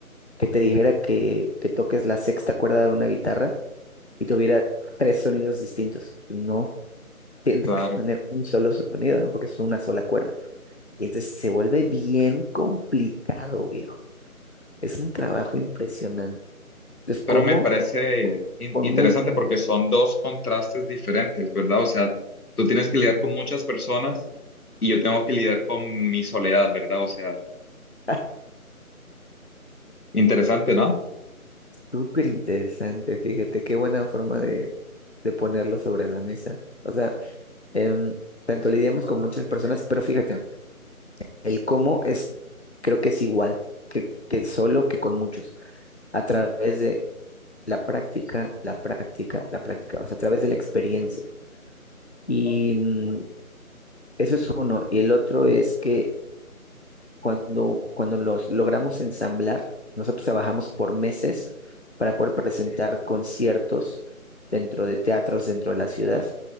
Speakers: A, on the left; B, on the left.
A: que te dijera que, que toques la sexta cuerda de una guitarra y tuviera tres sonidos distintos. No, <laughs> tiene
B: claro.
A: que tener un solo sonido, ¿no? Porque es una sola cuerda. Y entonces se vuelve bien complicado, viejo. Es un trabajo impresionante. Entonces,
B: Pero
A: ¿cómo?
B: me parece in-
A: Con
B: interesante
A: mucho.
B: porque son dos contrastes diferentes, ¿verdad? O sea, tú tienes que lidiar con muchas personas y yo tengo que lidiar con mi soledad, ¿verdad? O sea,
A: <laughs>
B: interesante, ¿no?
A: Súper interesante, fíjate, qué buena forma de, de ponerlo sobre la mesa. O sea, em, tanto lidiamos con muchas personas, pero fíjate, el cómo es, creo que es igual que, que solo que con muchos, a través de la práctica, la práctica, la práctica, o sea, a través de la experiencia. Y mm, eso es uno. Y el otro es que Cuando, cuando los logramos ensamblar, nosotros trabajamos por meses para poder presentar conciertos dentro de teatros dentro de la ciudad